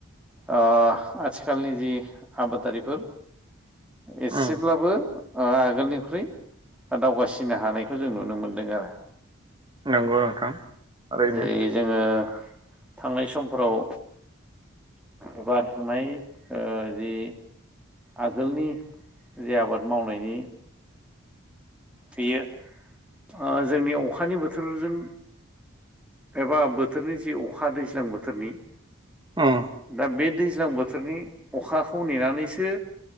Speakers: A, in the centre; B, on the right.
A: आ- आथिखालनि जि आबादारिफोर एसेब्लाबो
B: उम
A: आगोलनिख्रुइ दावगासिननो हानायखौ जों नुनो मोनदों आरो।
B: नंगौ नोंथां ओरैनो
A: जेयै जोङो थांनाय समफोराव एबा थानाय जि आगोलनि जे आबाद मावनायनि बेयो जोंनि अखानि बोथोरजों एबा बोथोरनि जि अखा दैज्लां बोथोरनि
B: उम
A: दा बे दैज्लां बोथोरनि अखाखौ नेनानैसो